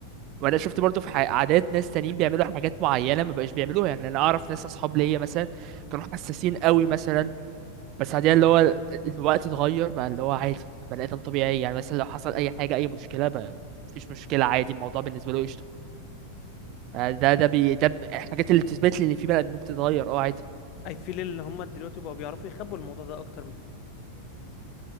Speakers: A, on the right (about 40°); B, on the left (about 40°).
A: وانا شفت برضو في ح- عادات ناس تانيين بيعملوا حاجات معينه ما بقاش بيعملوها يعني انا اعرف ناس اصحاب ليا مثلا كانوا حساسين قوي مثلا بس بعدين اللي هو ال- الوقت اتغير بقى اللي هو عادي بقى بني ادم طبيعي يعني مثلا لو حصل اي حاجه اي مشكله بقى مفيش مشكله عادي الموضوع بالنسبه له قشطه آه، ده ده بي ده ب- الحاجات اللي بتثبت لي ان في بني ادمين بتتغير اه عادي
B: I feel ان هم دلوقتي بقوا بيعرفوا يخبوا الموضوع ده اكتر من